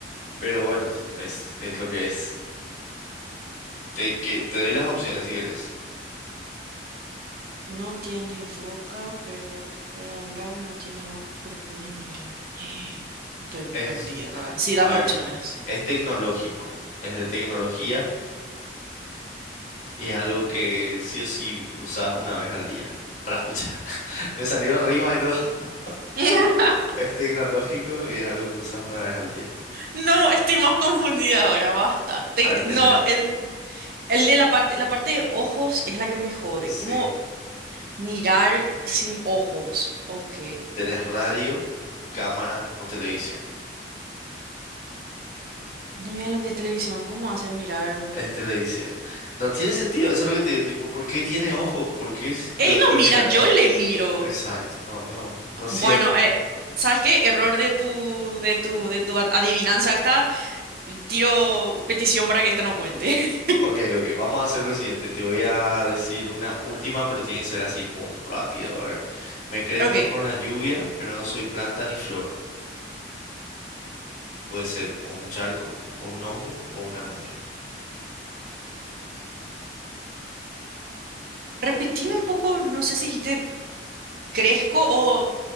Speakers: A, on the left; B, on the right.
A: Pero bueno, es, es lo que es. Te, que, te doy las opciones si querés.
B: No tiene boca, pero puede hablar. No tiene ojos, pero puede mirar. <gasps> <sighs> Estoy
A: Es,
B: perdida, la verdad. Sí, dame
A: a ver,
B: opciones.
A: es tecnológico. Es de tecnología y es algo que sí o sí usas una vez al día. A la pucha. Me salió rima y todo. <laughs>
B: <laughs>
A: Es tecnológico y es algo que usas una vez al día.
B: No, estoy más confundida ahora, basta. Te-
A: A ver, tenés.
B: no, el, el de la parte, la parte de ojos es la que me jode.
A: Sí.
B: ¿Cómo mirar sin ojos? Ok.
A: Tenés radio, cámara o televisión.
B: No miren lo que es televisión, ¿cómo hacer mirar?
A: Es televisión. No tiene sentido, eso es lo que te digo. Tipo, ¿por qué tiene ojos? ¿Por qué? es-
B: Él
A: Pero puede
B: no mira,
A: mirar.
B: yo le miro.
A: Exacto, no, no, no cierra.
B: Bueno, eh, ¿sabes qué? Error de tu, de tu, de tu a- adivinanza esta. Tiro petición para que esta no cuente. <laughs>
A: Ok, ok, vamos a hacer lo siguiente. Te voy a decir una última, pero tiene que ser así, pum, rápido. A ver, me crezco
B: Ok.
A: con la lluvia, pero no soy planta ni flor. Puede ser o un charco, o un hongo, o una nube.
B: Repetime un poco, no sé si dijiste crezco o